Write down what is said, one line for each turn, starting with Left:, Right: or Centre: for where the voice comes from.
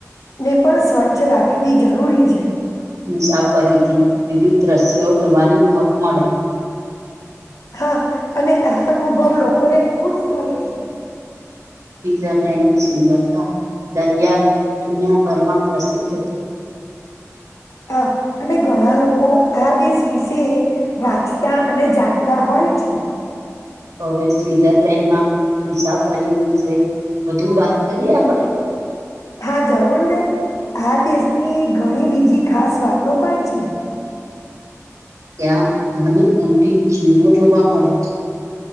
Left: ને પણ સ્વચ્છ રાખવી જરૂરી છે
Right: મુસાફરીથી વિવિધ દ્રશ્યો જોવાની તક મળે છે
Left: હા અને આ અનુભવ લોકોને જ ખુશ કરે છે
Right: સીઝર લઇન ની સુંદરતા દરિયા દુનિયાભરમાં પ્રસિદ્ધ છે
Left: હ અને ઘણા લોકો આ દેશ વિશે વાંચતા અને જાણતા હોય પછી
Right: હવે સ્વઝરલેન્ડમાં મુસાફરીશે વધુ વાત કરીએ આપડે
Left: હા જરૂર ને આ કેસની ઘણી બીજી ખાસ વાતો પણ છે
Right: ત્યાં ઘની કુંડી ચીણો જોવા મળે છે